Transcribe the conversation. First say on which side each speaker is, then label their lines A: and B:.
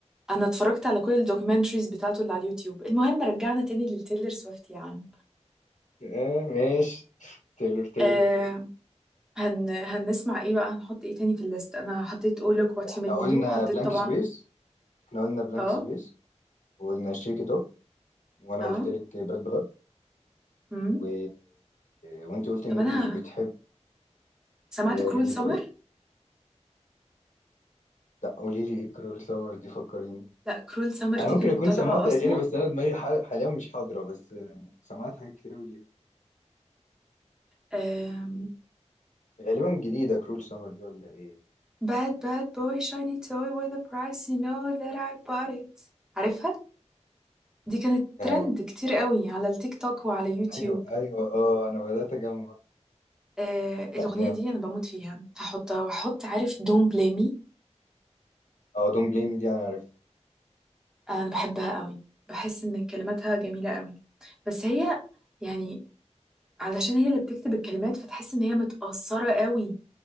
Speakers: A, in the centre; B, on the left.
A: انا اتفرجت على كل الدوكيومنتريز بتاعته اللي على اليوتيوب المهم رجعنا تاني للتيلر سويفت يا عم
B: آه ماشي <laughs> تايلور تايلور
A: آه هن هنسمع ايه بقى هنحط ايه تاني في الليست انا حطيت oh look what
B: احنا
A: you made me
B: قلنا
A: do حطيت
B: بلانك
A: طبعا
B: سبيس احنا قلنا بلانك
A: اه
B: سبيس وقلنا شيك ات اوف وانا
A: اه
B: قلت لك باد بلاد
A: امم
B: و... وانت قلت ان
A: طب
B: انت
A: انا
B: مش بتحب
A: سمعت
B: اللي هي
A: كرول
B: ريدي
A: سمر
B: فور ات لا قولي لي ايه كرول سمر دي فكريني
A: لا كرول سمر
B: انا
A: دي
B: ممكن
A: كانت
B: اكون
A: طالعه
B: سمعت
A: اصلا
B: اغاني بس انا دماغي حال... حاليا مش حاضره بس سمعت حاجات كتير قوي ليها
A: آه
B: غالبا جديده كرول سمر دي ولا ايه
A: Bad bad boy shiny toy with a price you know that I bought it عارفها؟ دي كانت ترند
B: آه.
A: كتير قوي على التيك توك وعلى يوتيوب
B: ايوه ايوه اه انا بدات اجمع
A: آه الأغنية
B: لا جامد
A: دي أنا بموت فيها هحطها وهحط عارف Don't Blame Me
B: اه دون بليم دي انا عارف
A: آه أنا بحبها قوي بحس إن كلماتها جميلة قوي بس هي يعني علشان هي اللي بتكتب الكلمات فتحس إن هي متأثرة قوي